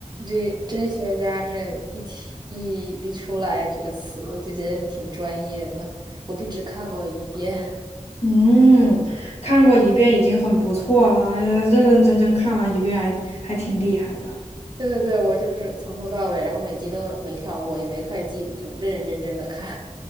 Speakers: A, on the right; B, on the left.
A: 这真学家这一提一一出来这个词，我就觉得你挺专业的。我就只看过一遍，
B: 嗯，看过一遍已经很不错了，呃认认真真看完一遍还还挺厉害的。
A: <laughs> 对对对，我就是从头到尾，然后每集都没跳过，也没快进，就认认真真的看。